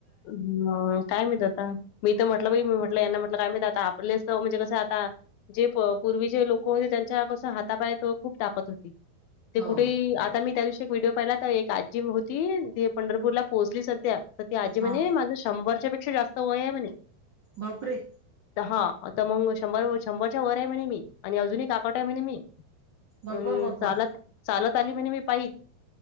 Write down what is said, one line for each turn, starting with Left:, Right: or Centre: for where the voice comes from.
Left: हम्. काय माहीत आता? मी तर म्हटलं बाई, मी म्हटलं यांना म्हटलं काय माहीत आता? आपले म्हणजे कसं आता? जे प पूर्वीचे जे लोक होते. त्यांच्या कसं हातापायात खूप ताकत होती. ते
Right: हो.
Left: कुठेही, आता मी त्या दिवशी एक व्हिडिओ पाहिला. तर एक आजी होती, ती पंढरपूरला पोहोचली सध्या. तर ती आजी म्हणे
Right: हा
Left: माझं शंभरच्या पेक्षा जास्त वय आहे म्हणे.
Right: बापरे!
Left: पहा. आता मग शंभर शंभरच्या वर आहे म्हणे मी. आणि अजूनही काकट आहे म्हणे मी.
Right: बापा
Left: अन
Right: बापा
Left: चालत, चालत आली म्हणे मी पायी.